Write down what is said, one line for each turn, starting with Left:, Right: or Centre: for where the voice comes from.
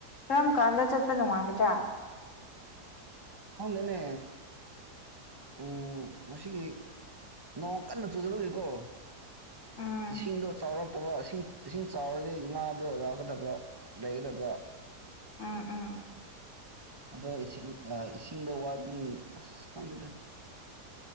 Left: ꯀꯔꯝ ꯀꯥꯟꯗ ꯆꯠꯄ ꯅꯨꯡꯉꯥꯏꯒꯗ꯭ꯔꯥ
Right: ꯈꯪꯗꯦꯅꯦ ꯎꯝ ꯉꯁꯤꯒꯤ ꯅꯣꯡ ꯀꯟꯅ ꯆꯨꯗꯕꯒꯤꯀꯣ
Left: ꯎꯝ
Right: ꯏꯁꯤꯡꯗꯣ ꯆꯥꯎꯔꯛꯇꯕ ꯏꯁꯤꯡ ꯏꯁꯤꯡ ꯆꯥꯎꯔꯗꯤ ꯉꯥꯗꯣ ꯂꯥꯛꯀꯗꯕ ꯂꯩꯒꯗꯕ
Left: ꯎꯝ ꯎꯝ
Right: ꯑꯗꯣ ꯏꯁꯤꯡ ꯏꯁꯤꯡꯗꯣ ꯋꯥꯠꯄꯅꯤ ꯑꯁ ꯈꯪꯗꯦꯗꯥ